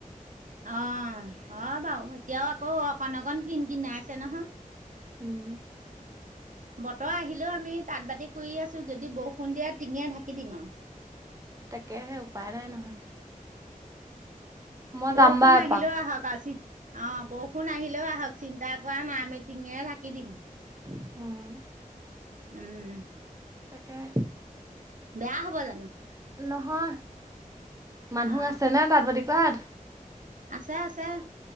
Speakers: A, on the right; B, on the right.
A: অ অ বাও এতিয়াও আকৌ অকণ অকণ কিন কিনাই আছে নহয়
B: উম।
A: বতৰ আহিলেও আমি তাঁত বাতি কৰি আছো যদি বৰষুণ দিয়ে টিঙে ঢাকি দিম আও
B: তাকে সে উপায় নাই নহলে মই
A: বৰষুণ
B: যাম বাৰু
A: আহিলেও
B: এপাক
A: আহক আজি অ বৰষুণ আহিলেও আহক চিন্তা কৰা নাই আমি টিঙেৰে ঢাকি দিম
B: উম।
A: উম।
B: কা
A: বেয়া হব জানো।
B: নহয় মানুহ
A: অ
B: আছে নে তাট বতি ক আত।
A: আছে আছে।